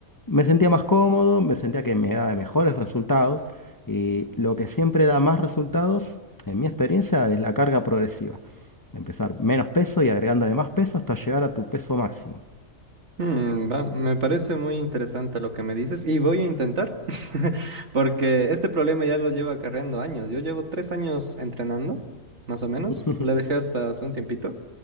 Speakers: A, on the left; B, on the right.
A: me sentía más cómodo, me sentía que me daba mejores resultados y lo que siempre da más resultados, en mi experiencia, es la carga progresiva. Empezar menos peso y agregándole más peso hasta llegar a tu peso máximo.
B: Mm, va- me parece muy interesante lo que me dices y voy a intentar, <laughs> porque este problema ya lo llevo acarreando años. Yo llevo tres años entrenando, más o menos.
A: <laughs>
B: Le dejé hasta hace un tiempito,